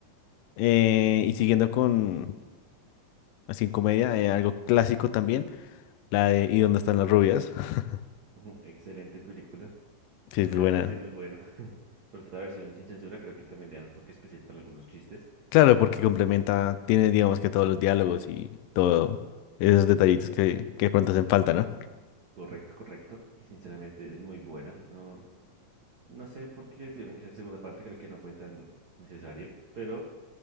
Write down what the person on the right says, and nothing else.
ujú, excelente película.
Sinceramente,
muy buena. <laughs> Sobre todo la versión sin censura, creo que también le da un toque especial para algunos chistes.
Correcto, correcto. Y sinceramente es muy buena. ¿no? No sé por qué tuvieron que hacer segunda parte, creo que no fue tan necesario, pero